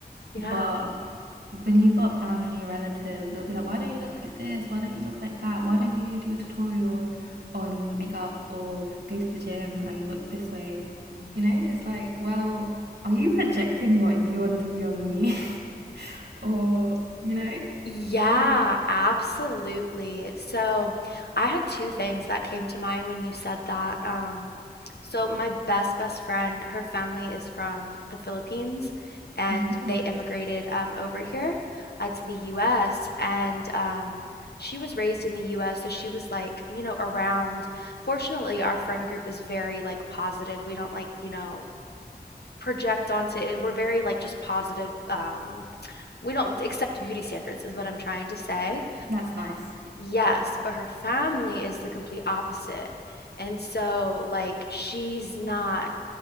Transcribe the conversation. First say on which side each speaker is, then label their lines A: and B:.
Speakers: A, on the left; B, on the right.
A: Yeah.
B: but when you've got family or relatives, they'll be like, why don't you look like this? Why don't you look like that? Why don't you do a tutorial on makeup or go to the gym and look this way?
A: Mhm.
B: You know, it's like, well, are you projecting what you want to be on me? <laughs> or, you know,
A: Yeah,
B: like,
A: absolutely. So I had two things that came to mind when you said that. Um, so my best best friend, her family is from the Philippines, and
B: nice.
A: they immigrated um, over here uh, to the U.S. And um, she was raised in the U.S., so she was like, you know, around. Fortunately, our friend group is very like positive. We don't like, you know, project onto it. We're very like just positive. Um, We don't accept beauty standards, is what I'm trying to say.
B: That's nice.
A: Yes, but her family is the complete opposite. And so, like, she's not,